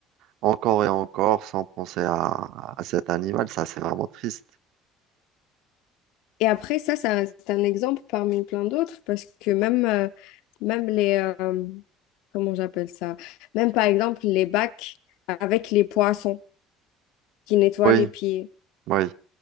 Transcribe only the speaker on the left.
Et après, ça, ça reste un exemple parmi plein d'autres parce que même, euh, même les... euh, comment j'appelle ça? Même par exemple, les bacs avec les poissons qui nettoient
les pieds.